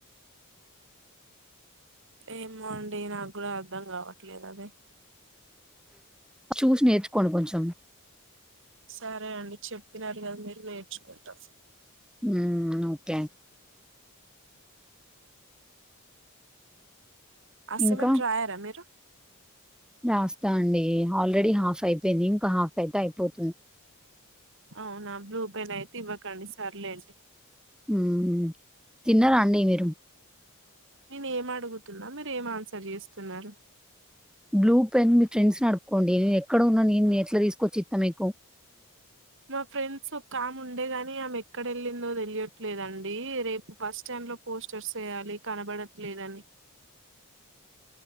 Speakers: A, on the right (about 60°); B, in the centre.
A: ఏమో అండి నాకు కూడా అర్ధం కావట్లేదు అది,
B: చూసి నేర్చుకోండి కొంచెం.
A: సరే అండి చెప్పినారు ఇగ మీరు నేడ్చుకుంటాం
B: మ్మ్ ఓకే
A: అసైన్మెంట్
B: ఇంకా
A: రాయారా మీరు
B: రాస్తా అండి ఆల్రెడీ హాఫ్ అయిపోయింది ఇంకా హాఫ్ అయితే అయిపోతుంది
A: అవునా బ్లూ పెన్ అయితే ఇవ్వర్ కొనిస్సార్లేండి
B: మ్మ్ తిన్నారా అండి మీరు
A: నేను ఏం అడుగుతున్నా మీరు ఏం ఆన్సర్ చేస్తున్నారు
B: బ్లూ పెన్ మీ ఫ్రెండ్స్‌ని అడుక్కోండి. నేనెక్కడ ఉన్నా నేను ఎట్లా తీసుకొచ్చి ఇత్తా మీకు?
A: మా ఫ్రెండ్స్ ఒక్కామె ఉండే గాని ఆమె ఎక్కడ వెళ్ళిందో తెలియద్. లేదండి రేపు బస్టాండ్ లో పోస్టర్స్ వేయాలి కనబడట్లేదని